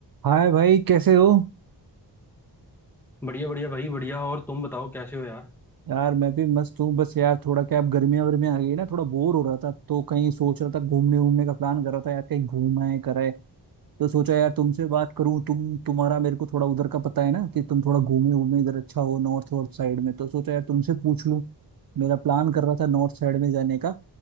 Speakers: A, on the right (about 55°); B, in the centre.
A: हाय भाई कैसे हो
B: बढ़िया बढ़िया भाई बढ़िया और तुम बताओ कैसे हो यार
A: यार मैं भी मस्त हूँ बस यार थोड़ा क्या अब गर्मियाँ वर्मियाँ आ गई ना थोड़ा बोर हो रहा था तो कहीं सोच रहा था घूमने वूमने का प्लान कर रहा था यार कहीं घूम आए कराए तो सोचा यार तुमसे बात करूँ तुम तुम्हारा मेरे को थोड़ा उधर का पता है ना कि तुम थोड़ा घूमे वूमे इधर अच्छा हो नॉर्थ वॉर्थ साइड में तो सोचा यार तुमसे पूछ लूँ मेरा प्लान कर रहा था नॉर्थ साइड में जाने का